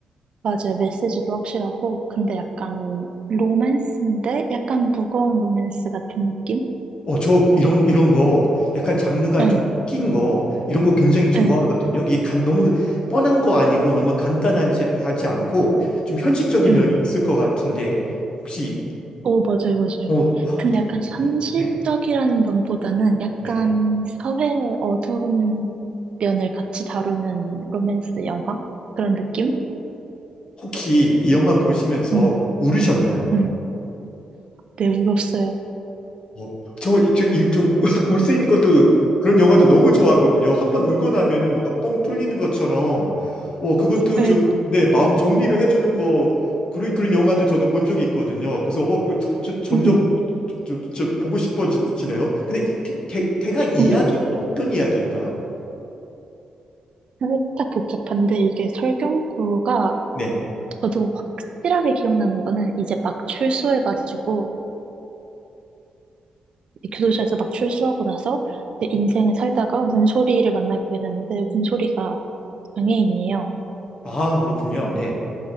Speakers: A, on the right; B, on the left.
A: 맞아요. 메시지도 확실하고 근데 약간 로맨스인데 약간 무거운 로맨스 같은 느낌?
B: 어, 저 이런 이런 거 약간 장르가
A: 응,
B: 좀 낀 거, 이런 거 굉장히 좋아하거든요.
A: 응,
B: 이게 간, 너무 뻔한 거 아니고 너무 간단하지 하지 않고 좀 현실적인
A: 응.
B: 면이 있을 것 같은데 혹시
A: 오, 맞아요, 맞아요.
B: 어, 어,
A: 근데 약간
B: 어,
A: 현실적이라는
B: 네,
A: 면보다는 약간
B: 네.
A: 사회의 어두운 면을 같이 다루는 로맨스 영화? 그런 느낌?
B: 혹시 이 영화 보시면서
A: 응,
B: 울으셨나요?
A: 응. 네, 울었어요.
B: 어, 저, 이- 저, 이- 저, <laughs> 울수 있는 것도 그런 영화도 너무 좋아하거든요. 한 번 울고 나면은 뭔가 뻥 뚫리는 것처럼, 어, 그것도
A: 네,
B: 좀, 네, 마음 정리를 해주는 거, 그런, 그런 영화도 저도 본 적이 있거든요. 그래서, 어, 뭐, 저, 점점
A: 응, 응,
B: 저, 저, 저 보고 싶어지네요. 근데 대, 대, 대강 이야기는
A: 응.
B: 어떤 이야기인가요?
A: 살짝 복잡한데 이게 설경구가
B: 네.
A: 저도 확실하게 기억나는 거는 이제 막 출소해가지고 이제 교도소에서 막 출소하고 나서 이제 인생을 살다가 문소리를 만나게 되는데 문소리가 장애인이에요.
B: 아, 그렇군요. 네.